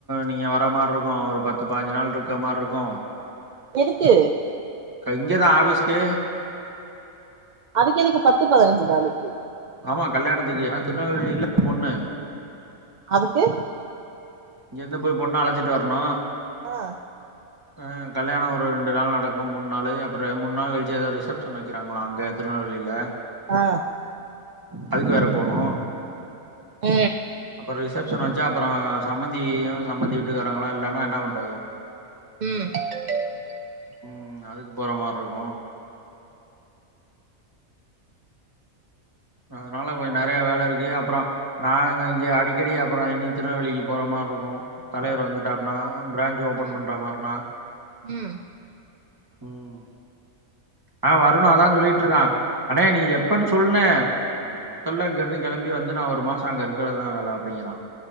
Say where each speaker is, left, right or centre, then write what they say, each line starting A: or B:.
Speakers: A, on the right (about 15°); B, on the right (about 55°).
A: நீங்க வர மாரிருக்கு ஒரு பத்து பாதிஞ்சு நாள்ருக்க மா ட்ருக்கு
B: எதுக்கு
A: க இங்க தா ஆஃபிஸ்க்கு
B: அவுங்களுக்கு பத்து பதினஞ்சு நாளைக்கி
A: ஆமா கல்யாணத்துக்கு ஏனா திருநெல்வேலில பொண்ணு
B: அதுக்கு
A: இங்கேருந்து போய் பொண்ண அழச்சிட்டு வரணு
B: அ
A: அ கல்யாணோ ஒரு ரெண்டு நாள் நடக்கு மூன்னாளே அப்பற மூன்னாள் கழி ச்சு ஏதோ ரிசப்ஷன் வைக்கிறாங்களா அங்க திருநெல்வேலில
B: ஆ
A: அதுக்கு வேற போணு
B: அ
A: அப்பறே ரிசப்ஷன் வச் சு அப்புறோ சம்பந்தியு சம்பந்தி விட்டுக்காராங்களு இல்லன்னா என்ன பண்றது
B: <inaudible>
A: ம் ம் அதுக்கு போற மாரிருக்கு அதனால கொஞ்ச நறைய வேலருக்கு அப்பறோ நாங்க இஞ்ச அடிக்கடி அப்பறோ இனி திருநெல்வேலிக்கி போறமா மார்ருக்கு தலைவர் வந்துட்டாருனா பிரான்ஞ்ச் ஓபன்
B: ம்
A: பண்ற மார்னா
B: ம்
A: ம் ஆ வரணு அதா சொல்லிட்டுருக்கா அண்ணே நீ எப்பன்னு சொல்னே மொத்தல்ல இங்கருந்து கெளம்பி வந்து நா ஒரு மாசோ அங்க இருக்கறதுதா வேல அப்டிங்கறா